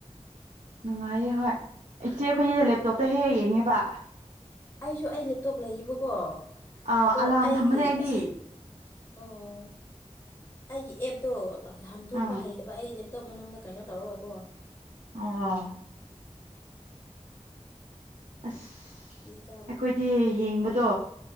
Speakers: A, on the right; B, on the left.
A: ꯅꯨꯡꯉꯥꯏꯌꯦ ꯍꯣꯏ ꯏꯆꯦ ꯑꯩꯈꯣꯏꯅ ꯂꯦꯞꯇꯣꯞꯇ ꯍꯦꯛ ꯍꯦꯛ ꯌꯦꯡꯉꯦꯕ
B: ꯑꯩꯁꯨ ꯑꯩ ꯂꯦꯞꯇꯣꯞ ꯂꯩꯌꯦꯕꯀꯣ
A: ꯑꯥ
B: ꯑꯗꯣ
A: ꯑꯂꯥꯔꯝ
B: ꯑꯩꯒꯤ
A: ꯊꯝꯕꯅꯦ ꯑꯩꯗꯤ
B: ꯑꯁꯤ ꯑꯣ ꯑꯩꯒꯤ ꯑꯦꯞꯇꯣ ꯍꯥꯡꯗꯣꯛꯄ
A: ꯑꯥ
B: ꯍꯩꯇꯕ ꯑꯩ ꯑꯇꯣꯞ ꯃꯅꯨꯡꯗ ꯀꯩꯅꯣ ꯇꯧꯔꯒꯥꯀꯣ
A: ꯑꯣ ꯑꯁ
B: ꯏ ꯀꯥꯝꯕꯗꯣ
A: ꯑꯩꯈꯣꯏꯗꯤ ꯌꯦꯡꯕꯗꯣ